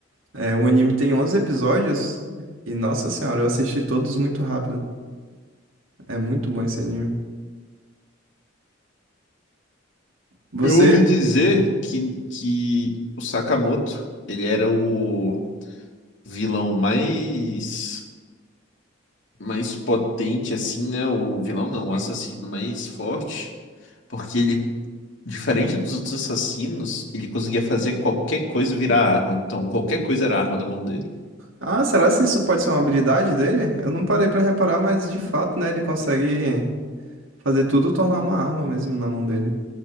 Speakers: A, on the right; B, on the left.
A: É, o anime tem 11 episódios e, nossa senhora, eu assisti todos muito rápido. É muito bom esse anime. Você,
B: Eu ouvi dizer que, que o Sakamoto, ele era o vilão mais mais potente assim, né? O vilão não, o assassino mais forte, porque ele diferente dos outros assassinos, ele conseguia fazer qualquer coisa virar arma. Então qualquer coisa era arma na mão dele.
A: Ah, será que isso pode ser uma habilidade dele? Eu não parei pra reparar, mas de fato, né, ele consegue fazer tudo tornar uma arma mesmo na mão dele.